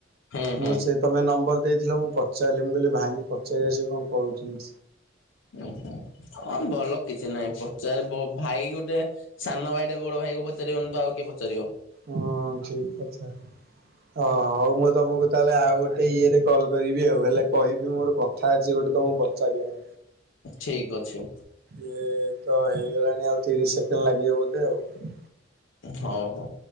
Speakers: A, on the left (about 70°); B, on the right (about 50°).
A: ହୁଁ
B: ମୁଁ
A: ହୁଁ।
B: ସେ ତମେ ନମ୍ବର ଦେଇଥିଲ ମୁଁ ପଚାରିଲି ମୁଁ କହିଲି ଭାଇଙ୍କି ପଚାରିବା ସେ କଣ କହୁଛନ୍ତି।
A: ଉ ହୁଁ ହଁ ଭଲ କିଛି ନାହିଁ ପଚାର ବ ଭାଇ ଗୋଟେ ସାନ ଭାଇଟା ବଡ ଭାଇକୁ ପଚାରିବନି ତ ଆଉ କିଏ ପଚାରିବ
B: ହଁ ଠିକ ଆଛା ହଁ ଆଉ ମ ତମକୁ ତାହେଲେ ଆଉ ଗୋଟେ ଇଏରେ କଲ୍ କରିବି ଆଉ ହେଲେ କହିବି ମୋର କଥା ଅଛି ଗୋଟେ ତମକୁ ପଚାରିବାର।
A: ଠିକ ଅଛି।
B: ଇଏ ତ ହେଇଗଲାଣି ଆଉ ତିରିଶ ସେକେଣ୍ଡ ଲାଗିବ ବୋଧେ ଆଉ।
A: ହଉ ହଉ।